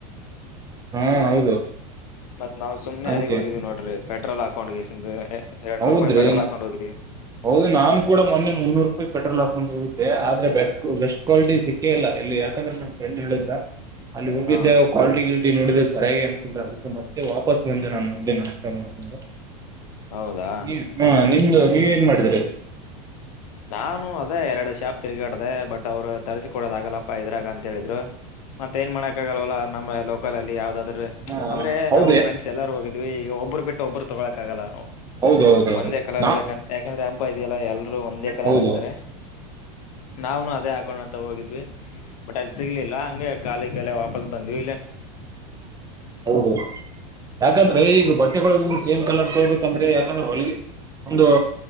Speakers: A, on the right (about 20°); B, on the left (about 70°).
A: ಹಾ ಹೌದು
B: ಮತ್ತ್ ನಾವು ಸುಮ್ನೆ
A: ಅದಕ್ಕೆ
B: ಅಲ್ಲಿಗ್ ಹೋಗಿದೀವಿ ನೋಡ್ರಿ ಪೆಟ್ರೋಲ್ ಹಾಕೊಂಡ್ ಹೋಗಿ <unintelligible> ಎರ್ಡ್ನೂರ್
A: ಹೌದ್ರಿ
B: ರೂಪಾಯಿ ಪೆಟ್ರೋಲ್ ಹಾಕೊಂಡ್ ಹೋಗಿದಿವಿ
A: ಹೌದು ನಾನ್ ಕೂಡ ಮೊನ್ನೆ ಮುನ್ನೂರು ರೂಪಾಯಿ ಪೆಟ್ರೋಲ್ ಹಾಕೊಂಡು ಹೋಗಿದ್ದೆ ಆದ್ರೆ ಬೆ ಬೆಸ್ಟ್ ಕ್ವಾಲಿಟಿ ಸಿಕ್ಕೇ ಇಲ್ಲ ಇಲ್ಲಿ ಯಾಕಂದ್ರೇ ನನ್ ಫ್ರೆಂಡ್ ಹೇಳಿದ್ದ ಅಲ್ಲಿ ಹೋಗಿದ್ದೆ
B: ಹಾ
A: ಅವು ಕ್ವಾಲ್ಟಿಟಿ ಗಿಲ್ಟ್ ಟಿ ನೋಡಿದ್ರೆ ಸರಿಯಾಗಿ ಅನ್ಸಿಲ್ಲ ಅದಕೆ ಮತ್ತೆ ವಾಪಸ್ ಬಂದೆ ನಾನು ಅಲ್ಲೇ ನಾಷ್ಟ ಮಾಡ್ಕೊಂಡು
B: ಹೌದಾ
A: <unintelligible> ಹ ನೀವ ಏನ್ ಮಾಡಿದೀರ
B: ನಾನು ಅದೇ ಎರಡು ಶಾಪ್ ತಿರುಗಾಡ್ದ ಬಟ್ ಅವರು ತರಿಸಿ ಕೊಡದ ಆಗಲ್ಲಪ್ಪ ಇದ್ರಾಗ ಅಂತ ಹೇಳಿದ್ರು ಮತ್ತ ಏನ್ ಮಾಡಕ್ ಆಗಲ್ವಲ್ಲ ನಮ್ಮ ಲೋಕಲ್ ಅಲ್ಲಿ ಯಾವದಾದ್ರರು
A: ಹಾ
B: ಅಂದ್ರೆ
A: ಹೌದೇ
B: ನಾವು ಫ್ರೆಸ್ ಎಲ್ಲಾರು ಹೋಗಿದ ಇದು ಈಗ ಒಬ್ಬರು ಬಿಟ್ಟು ಒಬ್ಬರು ತೊಗೊಕ್ಕಾಗಲ್ಲ
A: ಹೌದೌದೌದು
B: ಒಂದೇ ಕಲರ್
A: ನಾ
B: ಬೇಕಂತ ಯಾಕಂದ್ರ ಇದೆಯಲ್ಲ ಎಲ್ಲರೂ ಒಂದೇ ಕಲರ್
A: ಹೌದು
B: ಆಗ್ತಾರೆ ನಾನು ಅದೇ ಹಾಕೊಂಡ್ ಅಂತ ಹೋಗಿದ್ವಿ ಬಟ್ ಅಲ್ಲಿ ಸಿಗ್ಲಿಲ್ಲ ಹಂಗೆ ಕಾಲಿ ಕಲ್ಲ ವಾಪಸ್ ಬಂದ್ ಇ
A: ಹೌದು ಯಾಕಂದ್ರೆ ಈಗ ಬಟ್ಟೆಗಳ ಸೇಮ್ ಕಲರ್ ತಗಬೇಕು ಯಾಂದ್ರೆ ಯಾಕಂದ್ರೆ ಹೊಲಗೆ ಒಂದು